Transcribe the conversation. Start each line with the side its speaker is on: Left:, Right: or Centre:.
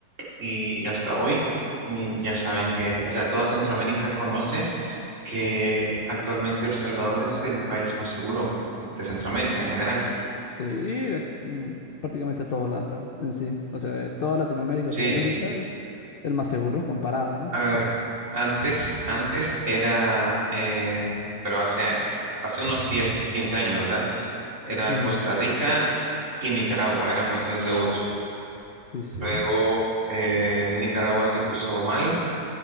Right: y hasta hoy y ya saben que, o sea, toda Centroamérica conoce que actualmente El Salvador es el país más seguro de Centroamérica en general.
Left: Sí, y de- mm, prácticamente todo LATAM en sí. O sea, de toda Latinoamérica,
Right: Sí,
Left: Sudamérica es el más seguro comparado, ¿no?
Right: a ver, antes, antes era, eh, pero hace, hace unos diez quince años, ¿verdad? Era
Left: Mm,
Right: Costa Rica y Nicaragua, eran bastante seguros.
Left: sí, sí.
Right: Luego eh, Nicaragua se puso mal.